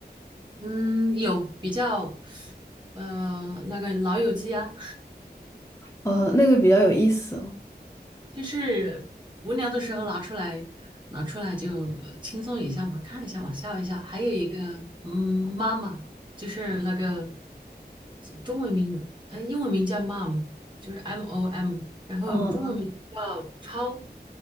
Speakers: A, on the right (about 25°); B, on the left (about 15°).
A: 嗯，有比较，呃，那个老友记啊。
B: 呃，那个比较有意思哦。
A: 就是无聊的时候拿出来，拿出来就呃轻松一下嘛，看一下嘛，笑一下。还有一个，嗯，妈妈，就是那个中文名，呃，英文名叫 mom，就是 M O M，然后中文名叫超
B: 嗯